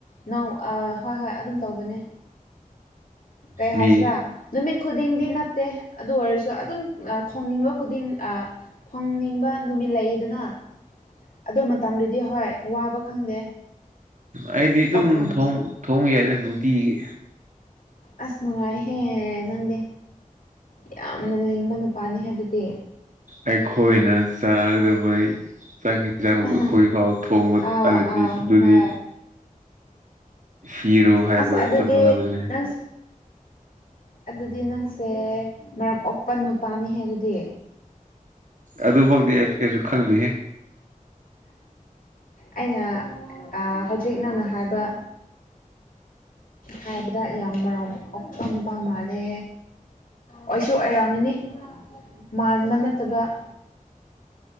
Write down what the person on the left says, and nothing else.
ꯅ ꯍꯣꯏ ꯍꯣꯏ ꯑꯗꯨꯝ ꯇꯧꯕꯅꯦ ꯀꯩ ꯍꯥꯏꯁꯤꯔꯥ
ꯅꯨꯃꯤꯠ ꯈꯨꯗꯤꯡꯗꯤ ꯅꯠꯇꯦ ꯑꯗꯨ ꯑꯣꯏꯔꯁꯨ ꯁꯨ ꯑꯗꯨꯝ ꯊꯣꯡꯅꯤꯡꯕ ꯈꯨꯗꯤꯡ ꯊꯣꯡꯅꯤꯡꯕ ꯅꯨꯃꯤꯠ ꯂꯩꯗꯅ ꯑꯗꯨ ꯃꯇꯝꯗꯨꯗꯤ ꯍꯣꯏ ꯋꯥꯕ ꯈꯪꯗꯦ
ꯆꯥꯛ ꯊꯣꯡꯕꯁꯨ
ꯑꯁ ꯅꯨꯡꯉꯥꯏꯍꯦ ꯅꯪꯗꯦ ꯌꯥꯝꯅ ꯂꯤꯡꯕ ꯅꯨꯄꯥꯅꯤ ꯍꯦ ꯑꯗꯨꯗꯤ
ꯑꯍ
ꯑꯥꯎ
ꯑꯥꯎ
ꯍꯣꯏ
ꯑꯁ ꯑꯗꯨꯗꯤ
ꯅꯪ ꯑꯗꯨꯗꯤ ꯅꯪꯁꯦ ꯃꯔꯝ ꯑꯣꯛꯄ ꯅꯨꯄꯥꯅꯤꯍꯦ ꯑꯗꯨꯗꯤ
ꯑꯩꯅ ꯍꯧꯖꯤꯛ ꯅꯪꯅ ꯍꯥꯏꯕ ꯍꯥꯏꯕꯗ ꯌꯥꯝ ꯃꯔꯣꯝ ꯑꯣꯛꯄ ꯅꯨꯄꯥ ꯃꯥꯜꯂꯦ ꯑꯣꯏꯁꯨ ꯑꯣꯏꯔꯝꯃꯅꯤ ꯃꯥꯟꯕ ꯅꯠꯇꯕ ꯑꯣ